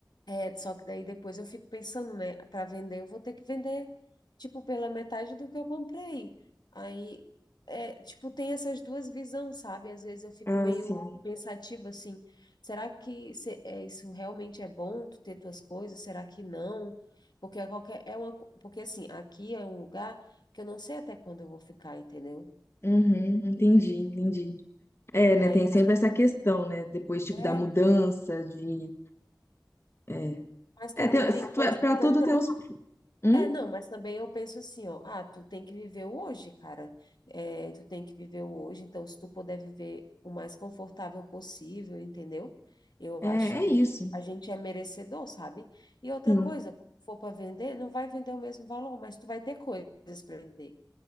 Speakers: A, on the left (about 70°); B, on the left (about 35°).
A: É, só que daí depois eu fico pensando, né? Para vender, eu vou ter que vender, tipo, pela metade do que eu comprei. Aí, é, tipo, tem essas duas visões, sabe? Às vezes eu fico
B: Ah,
A: meio
B: sim.
A: pensativa assim: será que se- é, isso realmente é bom, tu ter tuas coisas? Será que não? Porque é qualquer, é uma, co- porque assim, aqui é um lugar que eu não sei até quando eu vou ficar, entendeu?
B: Uhum, entendi, entendi. É, né?
A: Aí,
B: Tem sempre essa questão, né? Depois, tipo,
A: é,
B: da mudança, de. É,
A: mas também
B: é tem,
A: tem coisas,
B: pra
A: mas
B: tudo
A: também
B: tem os. Hum?
A: É, não, mas também eu penso assim, ó, ah, tu tem que viver o hoje, cara. É, tu tem que viver o hoje, então se tu puder viver o mais confortável possível, entendeu? Eu
B: É,
A: acho
B: é
A: que
B: isso.
A: a gente é merecedor, sabe? E outra
B: Sim,
A: coisa, quando for para vender, não vai vender o mesmo valor, mas tu vai ter coisas para vender.